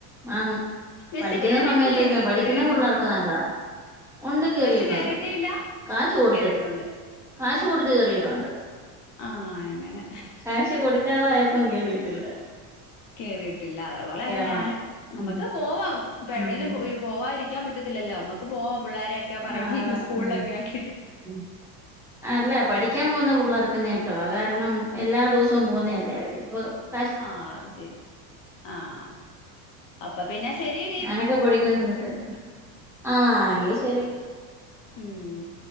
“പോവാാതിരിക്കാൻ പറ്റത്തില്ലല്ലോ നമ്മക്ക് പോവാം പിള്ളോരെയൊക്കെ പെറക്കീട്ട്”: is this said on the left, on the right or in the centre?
Left